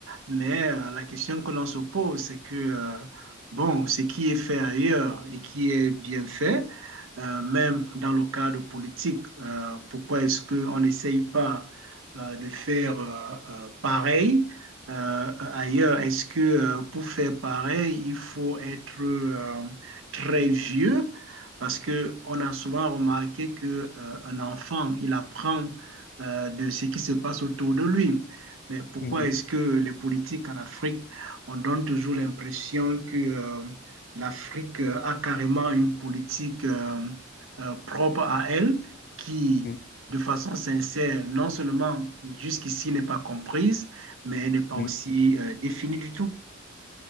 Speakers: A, on the right; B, on the left.
A: Mais euh, la question que l'on se pose, c'est que, euh, bon, ce qui est fait ailleurs et qui est bien fait, euh, même dans le cadre politique, euh, pourquoi est-ce qu'on n'essaye pas euh, de faire euh, euh, pareil euh, ailleurs? Est-ce que euh, pour faire pareil, il faut être euh, très vieux? Parce que on a souvent remarqué que, euh, un enfant, il apprend euh, de ce qui se passe autour de lui. Mais pourquoi
B: Mm,
A: est-ce que les politiques en Afrique, on donne toujours l'impression que euh, l'Afrique euh, a carrément une politique euh, euh, propre à elle qui,
B: mm,
A: de façon sincère, non seulement jusqu'ici n'est pas comprise, mais elle n'est pas
B: mm.
A: aussi euh, définie du tout.